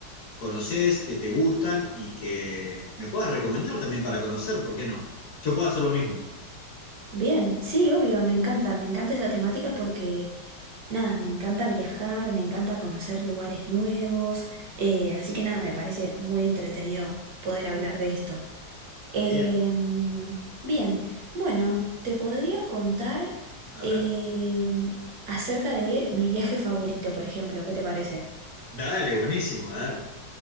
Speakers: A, on the left; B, on the right.
A: conoces, que te gustan y que me puedas recomendar también para conocer, ¿por qué no? Yo puedo hacer lo mismo.
B: Bien, sí, obvio, me encanta, me encanta esa temática porque, nada, me encanta viajar, me encanta conocer lugares nuevos, eh, así que nada, me parece muy entretenido poder hablar de esto. Em,
A: Bien,
B: bien, bueno, te podría contar
A: a
B: em,
A: ver.
B: acerca de mi viaje favorito, por ejemplo, ¿qué te parece?
A: Dale, buenísimo, a ver.